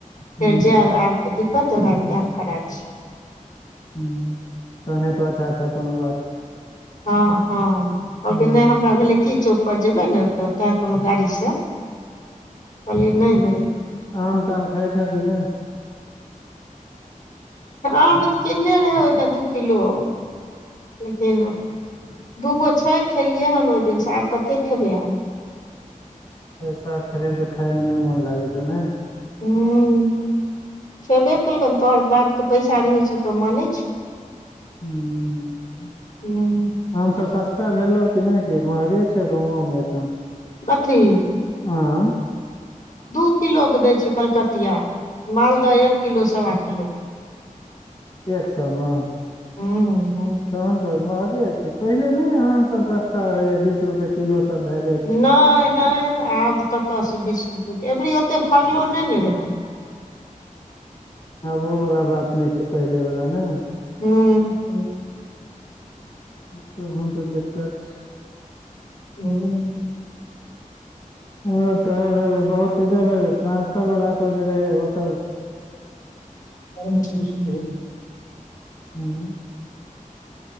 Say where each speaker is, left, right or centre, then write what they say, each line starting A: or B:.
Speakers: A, on the left; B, on the left.
A: फेर
B: हूँ
A: जायब आब तऽ दिक्कत <unintelligible> तैं खड़ा छी
B: हूँ तहने हेतौ अच्छा अच्छा कोनो बात
A: हँ हँ कहलकै
B: हूँ
A: नै हमरा भेलै की चौक पर जेबैे ने तऽ तैं कहलौं गाड़ी स कहलिय नै नै
B: आम ताम खाइ छँ कि नै
A: आम तऽ किन्ने रहै ओईमे दू किलो लेकिन दूगो छै खेलियै हन ओई दिनसँ आब कते खेबै हम
B: पैसा खरीद कऽ खायमे नै मोन लागै छौ नाय
A: हूँ खेबे कलकनि हन तोहर बापके पैसा रहै छौ तो मानै छौ
B: हूँ
A: हूं
B: आम सब सस्ता भेलौ कि नै कि महगे छौ गाँवोमे एखन
A: कथी
B: आम
A: दू किलोके दै छै कलकतिया मालदह एक किलो सवा किलोके
B: एक सए मे
A: ह
B: तहन त महगे छै पहिले ने आम सभ सस्ता रहे बीस रुपए किलो सभ भए जा
A: नहि नहि आब कतयसँ बीस रुपएके अबरी ओते फड़लो नहि ने रहे
B: आब ओ वला बात नहि छै पहिले वला ने
A: हू।
B: तऽ हन तऽ दिक्कत छै
A: हूँ।
B: आओर कहलौं जे बहुत टीचर आर ट्रांसफर वाला सभ जे रहे ओ सभ
A: मस हो
B: हूँ।